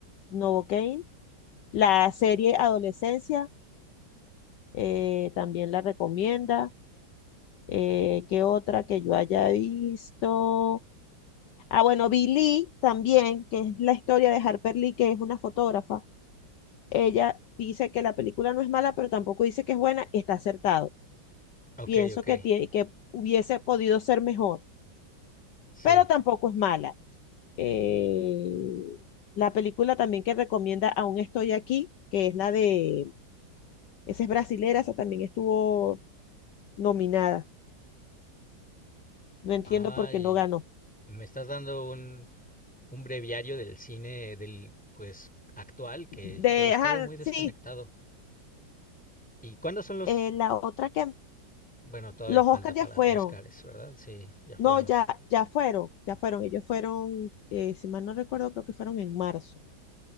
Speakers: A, on the left; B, in the centre.
A: Novocaine. La serie Adolescencia, eh, también la recomienda. Eh, ¿qué otra que yo haya visto? Ah, bueno, Billy también, que es la historia de Harper Lee, que es una fotógrafa. Ella dice que la película no es mala, pero tampoco dice que es buena, está acertado.
B: Ok,
A: Pienso
B: ok,
A: que, tie- que hubiese podido ser mejor,
B: sí.
A: pero tampoco es mala. Eh, la película también que recomienda Aún estoy aquí, que es la de, esa es brasilera, esa también estuvo nominada. No entiendo
B: Ay,
A: por qué no ganó.
B: me estás dando un, un breviario del cine del, pues, actual, que
A: De,
B: yo he estado
A: ah,
B: muy desconectado.
A: sí,
B: ¿Y cuándo son los...?
A: eh, la otra que
B: Bueno, todavía
A: los
B: falta
A: Oscars
B: para
A: ya fueron.
B: Óscares, ¿verdad? Sí, ya fueron.
A: No, ya, ya fueron, ya fueron. Ellos fueron, eh, si mal no recuerdo, creo que fueron en marzo.